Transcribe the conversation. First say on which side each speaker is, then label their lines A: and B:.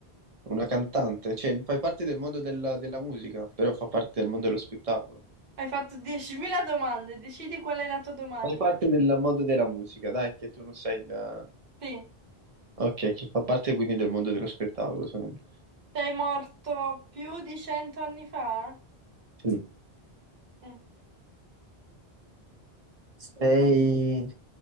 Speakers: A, on the right (about 40°); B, on the right (about 60°).
A: Una cantante, cioè fai parte del mondo della, della musica, però fa parte del mondo dello spettacolo.
B: Hai fatto 10.000 domande, decidi qual è la tua domanda.
A: Fai parte del mondo della musica, dai, che tu non sei da...
B: Sì.
A: Ok, che fa parte quindi del mondo dello spettacolo, secondo me.
B: Sei morto più di 100 anni fa?
A: Sì.
B: Mm,
A: Sei...